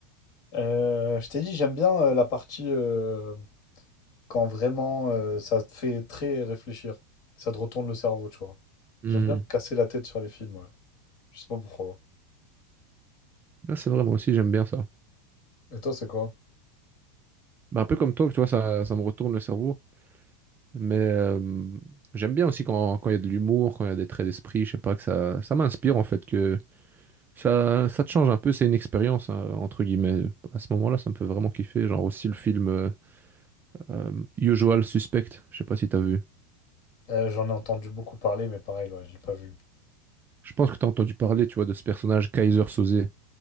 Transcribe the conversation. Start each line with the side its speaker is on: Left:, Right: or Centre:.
Left: Euh, je t'ai dit, j'aime bien euh, la partie euh, quand vraiment euh, ça te fait très réfléchir. Ça te retourne le cerveau, tu vois.
Right: Hmm.
Left: J'aime bien me casser la tête sur les films, ouais. Je sais pas pourquoi.
Right: Ah, c'est vrai, moi aussi, j'aime bien ça.
Left: Et toi, c'est quoi?
Right: Bah, un peu comme toi, tu vois, ça, ça me retourne le cerveau. Mais euh, j'aime bien aussi quand, quand il y a de l'humour, quand il y a des traits d'esprit, je sais pas, que ça, ça m'inspire en fait, que ça, ça te change un peu, c'est une expérience, hein, entre guillemets. À ce moment-là, ça me fait vraiment kiffer. Genre aussi le film euh, euh, Usual Suspect, je sais pas si t'as vu.
Left: Euh, j'en ai entendu beaucoup parler, mais pareil, ouais, je l'ai pas vu.
Right: Je pense que t'as entendu parler, tu vois, de ce personnage Kaiser Soze.